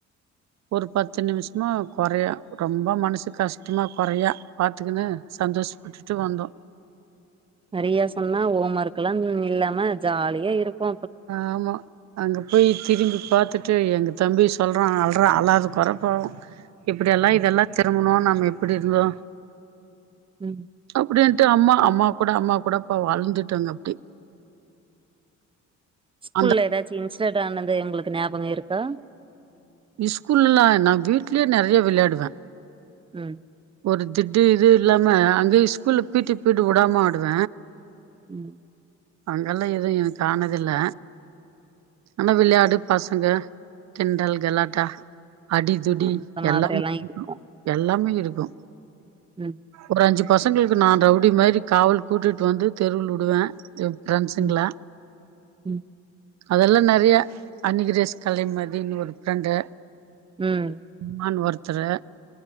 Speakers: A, on the right; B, on the right.
A: ஒரு பத்து நிமிஷமா கொறையா ரொம்ப மனசு கஷ்டமா கொறையா பாத்துக்குனு சந்தோஷ விட்டுட்டு வந்தோ
B: நெறைய சொன்னா ஹோம் ஒர்க் கெல்லா இல்லாம ஜாலியா இருக்கூ
A: ஆமா அங்க போய் திரும்பி பாத்துட்டு எங்க தம்பி சொல்றா அள்றா அலாது கொற பாவோ இப்டியெல்லா
B: ம்
A: இதெல்லா திரும்பணு நாம்ம எப்டி இருந்தோ
B: ம்
A: அப்டின்ட்டு அம்மா அம்மா கூட அம்மா கூட பாவோ அள்ந்துட்டாங்க அப்டி
B: ஸ்கூல்ல
A: அந்த
B: எதாச்சு இன்ஸ்டென்ட் ஆனது உங்களுக்கு ஞாபக இருக்கா
A: ஸ்கூல்லல்லா நா வீட்லே நெறைய விளையாடுவ
B: ம்
A: ஒரு திட்டு இது இல்லாம அங்கேயே ஸ்கூல்ல பீ டீ பிரியடு உடாம ஆடுவ
B: ம்
A: அங்கெல்லா எது எனக்கு ஆனது இல்ல ஆனா விளையாடு பசங்க கிண்டல் கலாட்டா அடி துடி
B: அந்த மாதிரி
A: எல்லாமே
B: எல்லா இருக்கு
A: இரு எல்லாமே இருக்கூ
B: ம்
A: ஒரு அஞ்சு பசங்களுக்கு நா ரவுடி மாரி காவல் கூட்டிட்டு வந்து தெருவுல உடுவ எ ஃப்ரெண்ட்ஸ்ங்கள
B: ம் ம்
A: அதெல்லா நெறையா அனிகிரேஸ் கலைமதின் ஒரு ஃப்ரெண்டு
B: ம்
A: மான் ஒருத்தரு